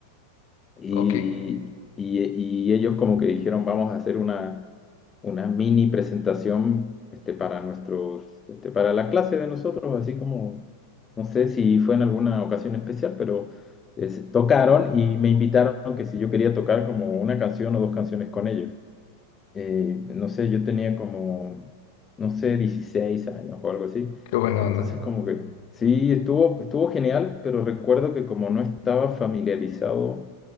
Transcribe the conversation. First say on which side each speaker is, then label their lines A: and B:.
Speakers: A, on the left; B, on the left.
A: y,
B: Ok,
A: y- y ellos como que dijeron, vamos a hacer una, una mini presentación este, para nuestros, este, para la clase de nosotros, así como, no sé si fue en alguna ocasión especial, pero es- tocaron y me invitaron que si yo quería tocar como una canción o dos canciones con ellos. Eh, no sé, yo tenía como, no sé, 16 años o algo así.
B: qué buena
A: Entonces
B: onda.
A: como que sí, estuvo, estuvo genial, pero recuerdo que como no estaba familiarizado,